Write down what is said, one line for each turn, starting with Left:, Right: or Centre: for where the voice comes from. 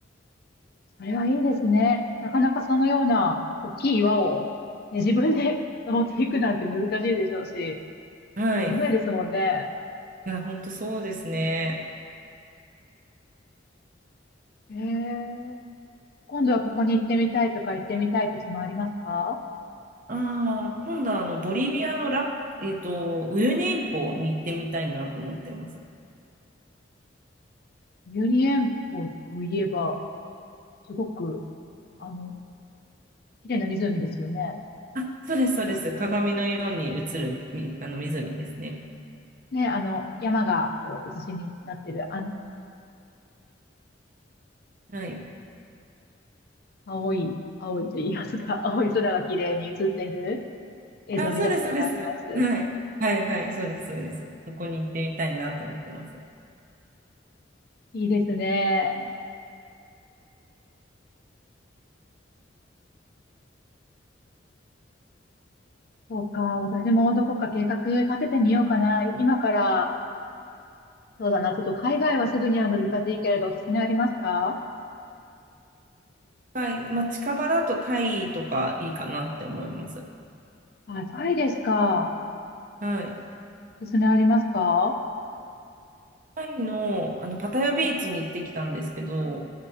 Left: それはいいですね。なかなかそのような大きい岩を、ね、自分で <laughs> 登っていくなんて難しいでしょうし、
Right: はい。
Left: 危ないですもんね。
Right: いや、本当そうですね。
Left: へえ。今度はここに行ってみたいとか行ってみたい土地もありますか
Right: ああ、今度はあの、ボリビアのラ、えっと、ウユニ塩湖に行ってみたいなと思ってます。
Left: ユニエンコといえば、すごく、あの、綺麗な湖ですよね。
Right: あ、そうです、そうです。鏡のように映るみ、あの湖ですね。
Left: ね、あの、山が、こう、写しになってる、あん、
Right: はい。
Left: 青い、青いと言いますか、<laughs> 青い空が綺麗に写ってる映像を見たことがあります。
Right: あ、そうです、そうです。はい。はい、はい、そうです、そうです。そこに行ってみたいなと思ってます。
Left: いいですね。そうか、私もどこか計画立ててみようかな。今から、そうだな、ちょっと海外はすぐには難しいけれど、おすすめありますか
Right: はい。まあ、近場だとタイとかいいかなって思います。
Left: あ、タイですか。
Right: はい。
Left: おすすめありますか
Right: タイの、あの、パタヤビーチに行ってきたんですけど、